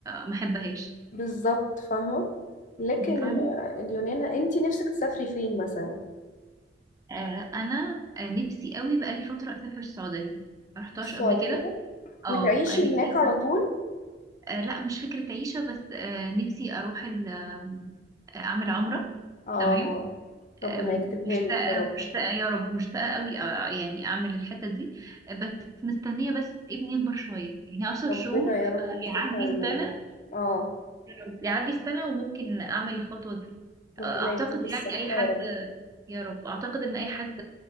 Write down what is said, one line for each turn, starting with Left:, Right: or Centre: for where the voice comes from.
Right: ما احبهاش
Left: بالظبط فاهمة لكن
Right: فاهمه
Left: آه، اليونان انتي نفسك تسافري فين مثلا
Right: آه انا آه، نفسي قوي بقالي فتره اسافر السعوديه ما رحتهاش
Left: السعودية
Right: قبل كده اه
Left: وتعيشي
Right: آه، نفسي
Left: هناك على طول
Right: آه، لا مش فكرة عيشة بس آه، نفسي أروح ال- آم، آه، أعمل عمرة
Left: اه
Right: تمام
Left: ربنا
Right: آم،
Left: يكتبها
Right: مشتاقة
Left: لك يا رب
Right: مشتاقة يا رب مشتاقة قوي آه، يعني أعمل الحتة دي آه، بس مستنية بس ابني يكبر شوية يعني عشر
Left: ربنا
Right: شهور
Left: يا رب يكتبها
Right: يعدي السنة
Left: لنا يا رب اه
Right: يا رب يعدي السنة وممكن أعمل الخطوة دي
Left: ربنا
Right: آه، أعتقد
Left: يديكي الصحة
Right: يعني أي حد
Left: يا رب
Right: يا رب أعتقد إن أي حد